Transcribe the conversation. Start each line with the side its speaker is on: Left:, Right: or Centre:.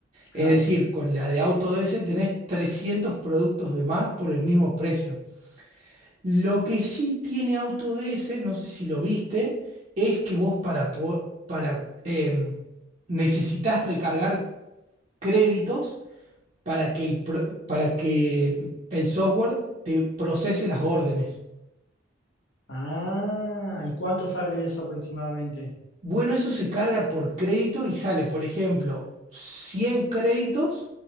Right: Es
Left: Claro.
Right: decir, con la de AutoDS tenés 300 productos de más por el mismo precio. Lo que sí tiene AutoDS, no sé si lo viste, es que vos para, po- para em, necesitas recargar créditos para que el, pro- para que el software te procese las órdenes.
Left: Ah, ¿y cuánto sale eso aproximadamente?
Right: Bueno, eso se carga por crédito y sale, por ejemplo, 100 créditos